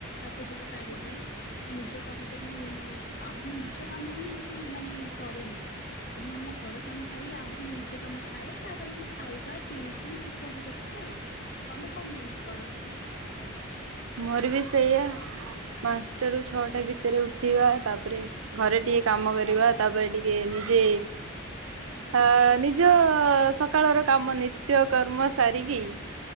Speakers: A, on the left; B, on the right.
A: ତାକୁ ସବୁ ସାରିଦିଏ। ମୋ ନିଜ କାମ ତ ମୁଁ ଆହୁ ମୋ ନିଜ କାମ ହିଁ ମତେ ମାନେ ସରେନି। ତ ମୁଁ ଆମ ଘର କାମ ସାରିକି ଆହୁରି ମୋ ନିଜ କାମ ଥାଏ ତାପରେ ମୁଁ ଖାଇବା ଟିଉସନ ଏସବୁ ଦେ ଖେ ଆଉ ତମେ କଣ କେମିତି କର?
B: ମୋର ବି ସେଇଆ ପାନ୍ ସ ଟାରୁ ଛଅଟା ଭିତରେ ଉଠିବା ତାପରେ ଘରେ ଟିକେ କାମ କରିବା ତାପରେ ଟିକେ ନିଜେ ଆ ନିଜ ସକାଳର କାମ ନିତ୍ୟ କର୍ମ ସାରିକି